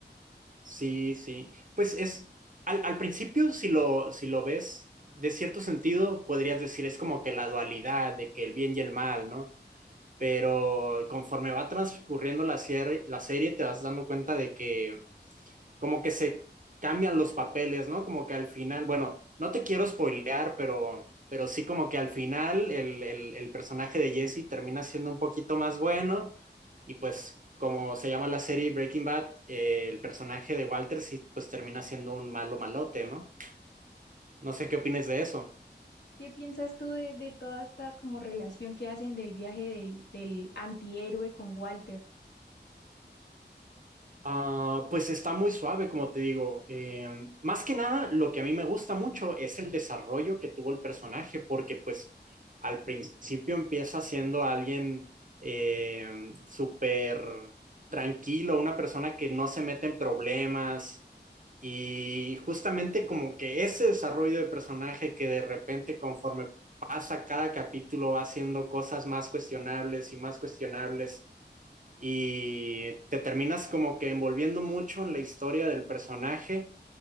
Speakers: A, on the right; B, on the left.
A: Sí, sí. Pues es, al, al principio, si lo, si lo ves, de cierto sentido, podrías decir, es como que la dualidad de que el bien y el mal, ¿no? pero conforme va transcurriendo la serie, la serie te vas dando cuenta de que como que se cambian los papeles, ¿no? Como que al final, bueno, no te quiero spoilear, pero, pero sí como que al final el, el, el personaje de Jesse termina siendo un poquito más bueno y pues como se llama la serie Breaking Bad, eh, el personaje de Walter sí pues termina siendo un malo malote, ¿no? No sé qué opinas de eso.
B: ¿Qué piensas tú de, de toda esta como relación que hacen del viaje del, del antihéroe con Walter?
A: Ah, pues está muy suave, como te digo. Eh, más que nada, lo que a mí me gusta mucho es el desarrollo que tuvo el personaje, porque pues al principio empieza siendo alguien eh, súper tranquilo, una persona que no se mete en problemas y justamente como que ese desarrollo de personaje que de repente conforme pasa cada capítulo va haciendo cosas más cuestionables y más cuestionables y te terminas como que envolviendo mucho en la historia del personaje,